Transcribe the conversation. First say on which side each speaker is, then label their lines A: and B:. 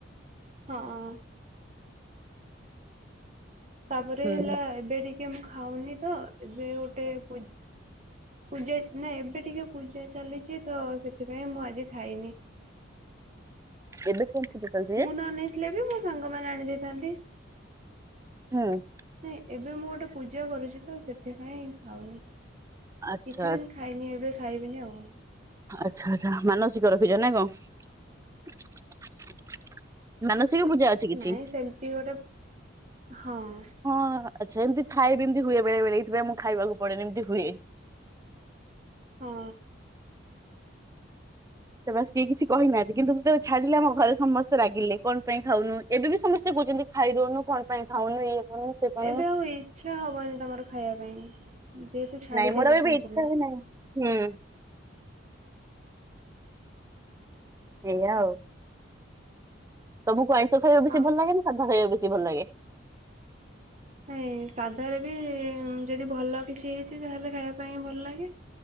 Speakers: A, on the right (about 35°); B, on the right (about 15°).
A: ହଁ ତାପରେ
B: ହୁଁ
A: ହେଲା ଏବେ ଟିକେ ମୁଁ ଖାଉନି ତ ଏବେ ଗୋଟେ ପୂ ପୂଜା ନା ଏବେ ଟିକେ ପୂଜା ଚାଲିଛି ତ ସେଥିପାଇଁ ମୁଁ ଆଜି ଖାଇନି
B: ଏବେ କଉଁ ପୂଜା ଚାଲିଚି?
A: ମୁଁ ନ ନେଇଥିଲେ ବି ମୋ ସାଙ୍ଗମାନେ ଆଣି ଦେଇେଥାନ୍ତି
B: ହୁଁ
A: ନାଇଁ ଏବେ ମୁଁ ଗୋଟେ ପୂଜା କରୁଛି ତ ସେଥିପାଇଁ ଆଉନି କିଛି
B: ଆଚ୍ଛା
A: ଦିନି ଖାଇନି ଏବେ ଖାଇବିନି ଆଉ
B: ଆଚଛା ଆଚ୍ଛା ମାନସିକ ରଖିଛ ନାଇ କଣ ମାନସିକ ପୂଜା ଅଛି କିଛି
A: ନାଇଁ ସେମିତି ଗୋଟେ ହଁ
B: ହଁ ଆଚ୍ଛା ଏମି ଥା ଏମତି ହୁଏ ବେଳେ ଏଇଥିପାଇ ମୁଁ ଖାଇବାକୁ ପଡେନ ଏମିତି ହୁଏ
A: ହଁ
B: ତ ବାସ କିହି କିଛି କହିନାହାନ୍ତି। କିନ୍ତୁତ ଛାଡିଲେ ଆମ ଘରେ ସମସ୍ତେ ରାଗିଲେ କଣ ପାଇଁ ଖାଉନୁ ଏବେ ବି ସମସ୍ତେ କହୁଛନ୍ତି ଖାଇଦଉନୁ। କଣ ପାଇଁ ଖାଉନୁ ଏଇ କରୁନୁ। ସେ କରୁନୁ
A: ଏବେ ଆଉ ଇଛା ହବନି ତମର ଖାଇବା ପାଇଁ। ଯେହେତୁ ଛାଡି
B: ନାଇଁ
A: ଦେଇଛ
B: ମୋର ବି
A: ସମ୍ପୂର୍ଣ୍ଣ
B: ବି ଇଛା ହି ନହିଁ ହୁଁ। ଏଇଆ ଆଉ। ତମକୁ ଆଇଁଷ ଖାଇବା ବେସି
A: ଆଉ
B: ଭଲ ଲାଗେ ନା ସାଧା ଖାଇବାକୁ ବେଶୀ ଭଲ ଲାଗେ?
A: ନାଇଁ ସାଧା ବି ଯଦି ଭଲ କିଛି ହେଇଛି ତାହେଲେ ଖାଇବା ପାଇଁ ଭଲ ଲାଗେ।